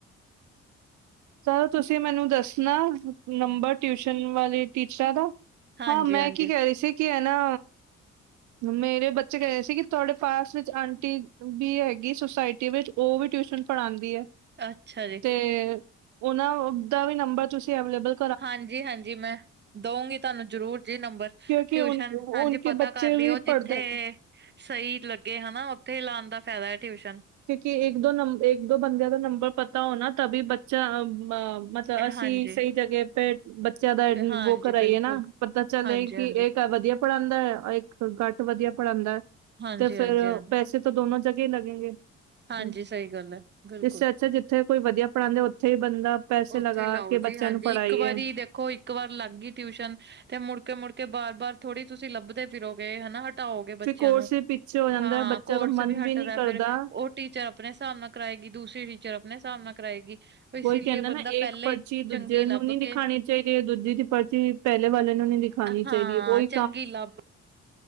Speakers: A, on the right (about 75°); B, on the right (about 35°).
A: ਸਰ ਤੁਸੀਂ ਮੈਨੂੰ ਦੱਸਣਾ ਨੰਬਰ ਟਿਊਸ਼ਨ ਵਾਲੇ ਟੀਚਰਾਂ ਦਾ।
B: ਹਾਂਜੀ
A: ਹਾਂ ਮੈਂ
B: ਹਾਂਜੀ
A: ਕੀ ਕਹਿ ਰਹੀ ਸੀ ਕਿ ਐ ਨਾ ਮੇਰੇ ਬੱਚੇ ਕਹਿ ਰਹੇ ਸੀ ਕਿ ਤੁਹਾਡੇ ਪਾਸ ਵਿੱਚ ਆਂਟੀ ਵੀ ਹੈਗੀ ਸੁਸਾਇਟੀ ਵਿੱਚ ਉਹ ਵੀ ਟਿਊਸ਼ਨ ਪੜ੍ਹਾਂਦੀ ਐ।
B: ਅੱਛਾ ਜੀ।
A: ਤੇ ਉਨਾ ਦਾ ਵੀ ਨੰਬਰ ਤੁਸੀਂ ਅਵਲੇਬਲ
B: ਹਾਂਜੀ-ਹਾਂਜੀ ਮੈਂ ਦਊਂਗੀ ਤੁਹਾਨੂੰ ਜ਼ਰੂਰ ਜੀ ਨੰਬਰ
A: ਕਿਉਂਕਿ
B: ਟਿਊਸ਼ਨ
A: ਉਨ
B: ਹਾਂਜੀ
A: ਉਨਕੇ
B: ਪਤਾ
A: ਬੱਚੇ
B: ਕਰ ਲਯੋ
A: ਵੀ ਪੜ੍ਹਦੇ
B: ਜਿੱਥੇ ਸਹੀ ਲੱਗੇ ਹਨਾ ਉੱਥੇ ਹੀ ਲਾਣ ਦਾ ਫਾਇਦਾ ਏ ਟਿਊਸ਼ਨ
A: ਕਿਉਂਕਿ ਇੱਕ ਦੋ ਨੰਬ ਇੱਕ ਦੋ ਬੰਦਿਆਂ ਦਾ ਨੰਬਰ ਪਤਾ ਹੋਣਾ ਤਭੀ ਬੱਚਾ ਅ ਤਾਂ
B: ਇਹ
A: ਅਸੀਂ
B: ਹਾਂਜੀ
A: ਸਹੀ ਜਗ੍ਹਾ ਪੇ ਬੱਚਿਆਂ ਦਾ ਐ
B: ਤੇ ਹਾਂਜੀ
A: ਵੋ ਕਰਾਈਏ
B: ਬਿਲਕੁਲ
A: ਨਾ ਪਤਾ ਚੱਲੇ
B: ਹਾਂਜੀ
A: ਕਿ
B: ਹਾਂਜੀ
A: ਏ- ਵਧੀਆ ਪੜ੍ਹਾਂਦਾ ਔਰ ਇੱਕ ਕੱਟ ਵਧੀਆ ਪੜ੍ਹਾਂਦਾ
B: ਹਾਂਜੀ
A: ਤੇ ਫੇਰ
B: ਹਾਂਜੀ ਹਾਂਜੀ
A: ਪੈਸੇ ਦੋਨੋ ਜਗੇ ਲਗੇਂਗੇ।
B: ਹਾਂਜੀ
A: ਹਮ
B: ਸਹੀ ਗੱਲ ਹੈ ਬਿਲਕੁਲ
A: ਇਸ ਸੇ ਅਛਾ ਜਿੱਥੇ ਕੋਈ ਵਧੀਆ ਪੜ੍ਹਾਂਦਾ ਉੱਥੇ ਹੀ ਬੰਦਾ ਪੈਸੇ
B: ਉੱਥੇ
A: ਲਗਾ
B: ਲਾਓ
A: ਕੇ
B: ਜੀ
A: ਬੱਚਿਆਂ
B: ਹਾਂਜੀ
A: ਨੂੰ ਪੜ੍ਹਾਈਏ।
B: ਇੱਕ ਵਾਰੀ ਦੇਖੋ ਇਕ ਵਾਰ ਲੱਗ ਗਈ ਟਿਊਸ਼ਨ ਤੇ ਮੁੜਕੇ-ਮੁੜਕੇ ਬਾਰ-ਬਾਰ ਥੋੜੀ ਤੁਸੀਂ ਲੱਭਦੇ ਫਿਰੋਗੇ ਹੈਨਾ। ਤਾਓਗੇ ਬੱਚਿਆਂ
A: ਫਿਰ ਕੋਰਸ
B: ਨੂੰ
A: ਵੀ ਪਿੱਛੇ ਹੋ ਜਾਂਦਾ
B: ਹਾਂ
A: ਹੈ, ਬੱਚਾ
B: ਕੋਰਸ
A: ਦਾ ਮਨ
B: ਵੀ ਹਟਦਾ
A: ਨਹੀਂ ਕਰਦਾ।
B: ਫੇਰ ਟੀਚਰ ਅਪਣੇ ਹਿਸਾਬ ਨਾਲ ਕਰਾਏਗੀ ਦੂਸਰੀ ਟੀਚਰ ਅਪਣੇ ਹਿਸਾਬ ਨਾਲ ਕਰਾਏਗੀ। ਇਸੀ
A: ਕੋਈ ਕਹਿੰਦਾ
B: ਲਈ
A: ਨਾ
B: ਬੰਦਾ
A: ਏਕ
B: ਪਹਿਲਾਂ
A: ਪਰਚੀ
B: ਹੀ
A: ਦੂਜੇ
B: ਚੰਗੀ
A: ਨੂੰ
B: ਲੱਭ
A: ਨੀ ਦਿਖਾਣੀ
B: ਕੇ
A: ਚਾਹੀਦੀ, ਦੂਜੀ ਦੀ ਪਰਚੀ ਪਹਿਲੇ ਵਾਲੇ ਨੂੰ ਨੀ ਦਿਖਾਣੀ
B: ਹਾਂ
A: ਚਾਹੀਦੀ ਓਹੀ।
B: ਚੰਗੀ ਲੱਭ